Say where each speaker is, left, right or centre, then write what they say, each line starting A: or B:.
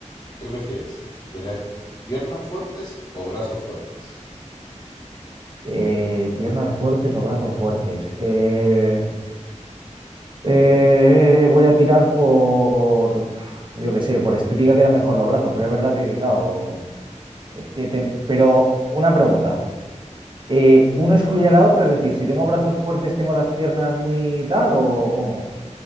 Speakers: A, on the left; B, on the right.
A: ¿Qué prefieres? ¿Tener piernas fuertes o brazos fuertes?
B: Eh, piernas fuertes o brazos fuertes. Eh, eh, voy a tirar por, pf, yo qué sé, por estética quedan mejor los brazos, pero es verdad que, que, claro, es que, ten- pero una pregunta. Eh, ¿uno excluye a la otra? Es decir, si tengo brazos fuertes, ¿tengo las piernas muy tal o cómo?